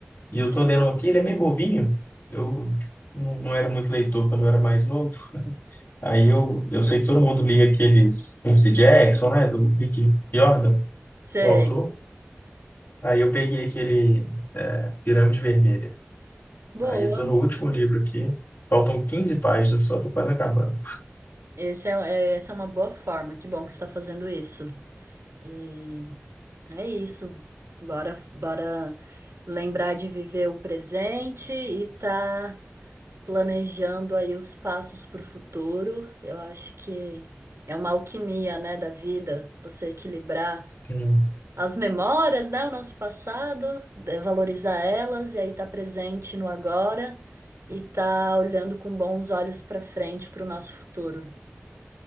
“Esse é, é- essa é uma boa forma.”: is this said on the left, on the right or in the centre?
Right